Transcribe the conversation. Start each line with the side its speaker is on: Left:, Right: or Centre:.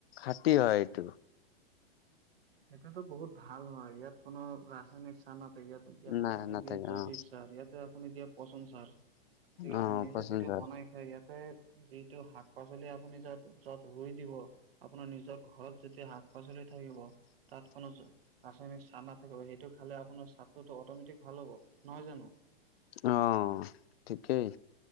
Left: খাট হয়। এইটো
Right: সেইটোতো বহুত ভাল হয়। ইয়াত কোনো ৰাসায়নিক চাহ নাথাক। ইয়াত ইয়াতে
Left: নাই
Right: আপুনি
Left: নাথাকে
Right: দিয় জৈৱিক
Left: অ
Right: চাৰ ইয়াত ইয়াটে আপুনি দিয়া পচন ছাৰ ঠিক আছে।
Left: অ
Right: নিজে
Left: পচন
Right: যিটো
Left: সাৰ
Right: বনাই সেই ইয়াতে যিটো শাক পাচলি আপুনি য যত ৰুই দিব। আপোনাৰ নিজৰ ঘৰত যেতিয়া শাক পাচলি থাকিব। তাত কোনো ৰাসায়নিক চাহ নাথাকিব। সেইটো খালে আপোনাৰ স্বাস্থ্যটো অট'মেটিক ভাল হ'ব, নহয় জানো?
Left: অ', ঠিকেই